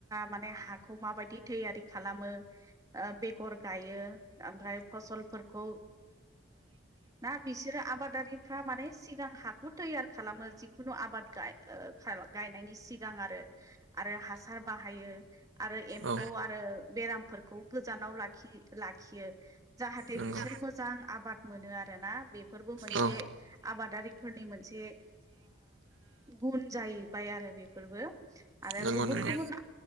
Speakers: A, on the right (about 20°); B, on the right (about 75°).
A: माने हाखौ माबायदि थैयारि खालामो बेगर गायो फसलफोरखौ ना बिसोरो आबादारिफ्रा माने सिगां हाखौ थैयार खालामो जिखुनु आबाद गाय गायनायनि सिगाङाव आरो हासार बाहायो आरो एम्फौ
B: औ
A: आरो बेरामफोरखौ गोजानाव लाखियो जाहाथे
B: नंगौ
A: बिसोर मोजां आबाद मोनो आरोना बेफोरबो मोनसे
B: औ
A: आबादारिफोरनि मोनसे गुन जाहैबाय आरो बे बेफोरबो आरो
B: नंगौ
A: गुबुन
B: नंगौ
A: गुबुन